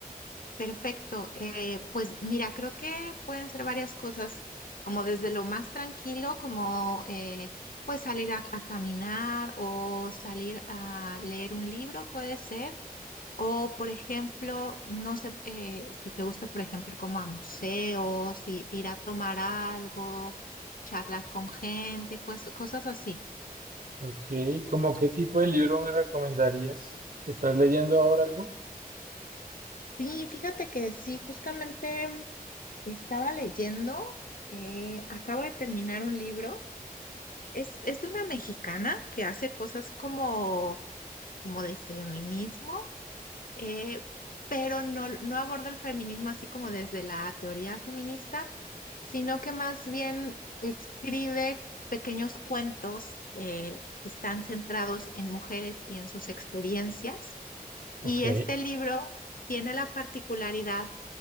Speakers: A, on the left; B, on the right.
A: Perfecto. eh, pues mira, creo que pueden ser varias cosas, como desde lo más tranquilo, como eh, pues salir a, a caminar o salir a leer un libro, puede ser. O, por ejemplo, no sé eh, si te gusta, por ejemplo, ir como a museos, i- ir a tomar algo, charlar con gente, cos- cosas así.
B: Ok, ¿cómo qué tipo de libro me recomendarías? ¿Estás leyendo ahora algo?
A: Sí, fíjate que sí, justamente mm, estaba leyendo, eh, acabo de terminar un libro. Es, es de una mexicana que hace cosas como, como de feminismo, eh, pero no, no aborda el feminismo así como desde la teoría feminista sino que más bien escribe pequeños cuentos eh, que están centrados en mujeres y en sus experiencias. Y
B: Ok,
A: este libro tiene la particularidad,